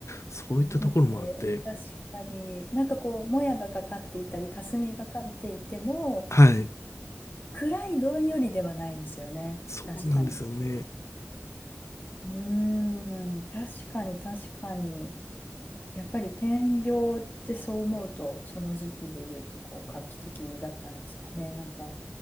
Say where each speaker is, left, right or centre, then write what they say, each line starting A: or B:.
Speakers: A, on the left; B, on the left.
A: そういったところもあって
B: そうですね。確かに。なんかこう、もやがかかっていたり、霞がかっていても、
A: はい
B: 暗いどんよりではないですよね。
A: そうなんですよね
B: 確かに。うーん。確かに、確かに。やっぱり点描ってそう思うと、その時期で言うとこう画期的だったんですかね。なんか、